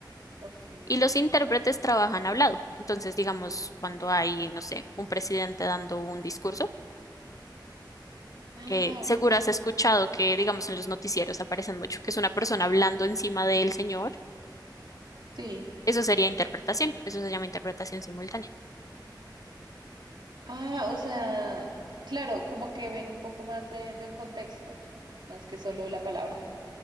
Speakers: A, on the right; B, on the left.
A: Ok.
B: y los intérpretes trabajan hablado. Entonces, digamos, cuando hay, no sé, un presidente dando un discurso,
A: Ah,
B: eh, seguro
A: ok.
B: has escuchado que, digamos, en los noticieros aparecen mucho, que es una persona hablando encima del señor.
A: Sí.
B: Eso sería interpretación, eso se llama interpretación simultánea.
A: Ah, o sea, claro, como que ven un poco más de, de un contexto, más que solo la palabra.